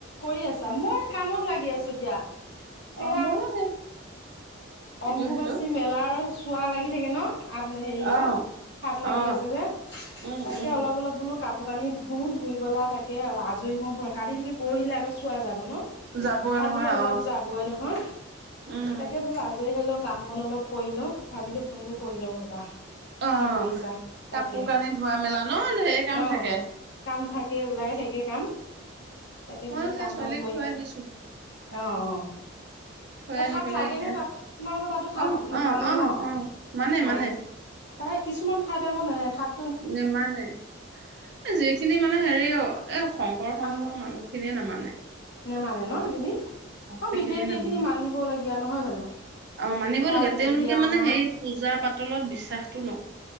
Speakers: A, on the left (about 55°); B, on the right (about 55°).
A: কৰি আছা মই কামত লাগি আছো দিয়া।
B: অ',
A: এয়া
B: ময়ো সেই ইটো
A: অম্বুবাচী
B: সিটো
A: মেলাৰ চোৱা লাগি থাকে ন। আদ্ম্ হেইয়,
B: অ
A: সাত লাগি
B: অ
A: আছে যে।
B: উম
A: তাকে
B: উম
A: অলপ-অলপ বোলো কাপোৰ কানি ধোওঁ ধুই পেলাই তাকে অল-আজৰি হওঁ প-কালি থাকি পৰহিলে আকৌ চোৱা যাব ন?।
B: যাবই
A: কালি
B: নহয়
A: অলপ
B: অ
A: যাবই নহয়,
B: উম
A: তাকে বোলো আজ জই হ'লেও কাম বন অলপ কৰি লওঁ, ভাবিলোঁ ফোনটো কৰি ল'ওঁ ৰ'বা।
B: অ',
A: কি কৰিছা তাকে
B: কাপোৰ কানি ধোৱা মেলা ন ঢেৰ কাম
A: অ
B: থাকে।
A: কাম থাকে ওলাই থাকে কাম, তাকে
B: ময়ো
A: বোলো
B: সেই
A: কাম
B: ছোৱালীক
A: বন কৰি
B: থৈ
A: আহ।
B: আহিছো
A: অ', অ'।
B: থৈ
A: এ
B: আহি
A: সাত
B: পেলাই
A: লাগেনে
B: এতিয়া
A: তাত, তোমালোকৰ তাতো সাত
B: অ অ
A: মানে
B: অ
A: ন?।
B: অ মানে
A: অ'।
B: মানে
A: তাৰে কিছুমান ঠাইত আকৌ নে সাত
B: নেমানে। এ যিখিনি মান মানে হেৰিয়, এ শংকৰ সংঘৰ
A: আম
B: মানুহ খিনিয়ে নামানে।
A: নেমানে ন এইখিনি, অ',
B: সেইখিনিয়ে
A: বিশেষকে
B: নামানে
A: এইখিনি মানিবলগীয়া নহয় জানো?।
B: অ', মানিবলগীয়া
A: কাৰণ
B: তেওঁলোকে
A: এতিয়া
B: মানে
A: আমাৰ
B: হেৰি পূজা পাতলত বিশ্বাসটো নক